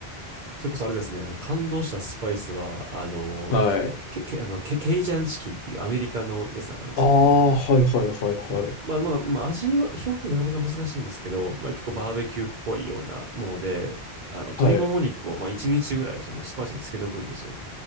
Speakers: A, on the right (about 55°); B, on the left (about 65°).
A: それこそあれですね、あの感動したスパイスは、あの、
B: はい。
A: け、け、けあの、ケ、ケイジャンチキンっていうアメリカのやつなんですけど
B: ああ、はいはいはいはい。
A: うんまあまあ、まあ、味の表現なかなか難しいんですけど、まあ、結構バーベキューっぽいようなもので、あの、鶏もも肉を、
B: はい。
A: まあ、1日ぐらい、その、スパイスに漬けておくんですよ。